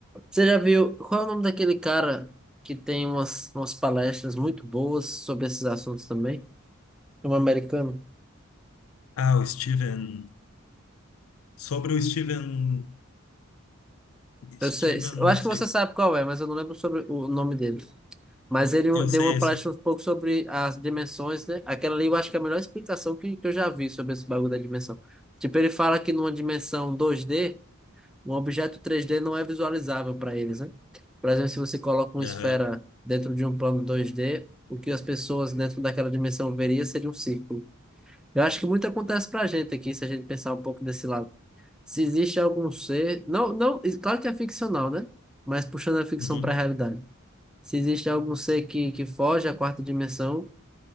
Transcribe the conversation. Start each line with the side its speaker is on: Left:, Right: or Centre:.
Centre: Você já viu, qual é o nome daquele cara que tem umas, umas palestras muito boas sobre esses assuntos também? É um americano.
Left: Ah, o Steven. Sobre o Steven.
Centre: Eu
Left: Steven,
Centre: sei, eu acho
Left: não sei.
Centre: que você sabe qual é, mas eu não lembro sobre o nome dele. Mas ele
Left: Eu
Centre: deu
Left: sei
Centre: uma
Left: esse.
Centre: palestra um pouco sobre as dimensões, né? Aquela ali eu acho que é a melhor explicação que, que eu já vi sobre esse bagulho da dimensão. Tipo, ele fala que numa dimensão 2D, Um objeto três d não é visualizável para eles, né? Por exemplo, se você coloca uma
Left: Aham,
Centre: esfera dentro de um plano dois d o que as pessoas dentro daquela dimensão veria seria um círculo. Eu acho que muito acontece para a gente aqui, se a gente pensar um pouco desse lado. Se existe algum ser, não, não, claro que é ficcional, né? Mas puxando a ficção
Left: uhum,
Centre: para a realidade. Se existe algum ser que, que foge à quarta dimensão,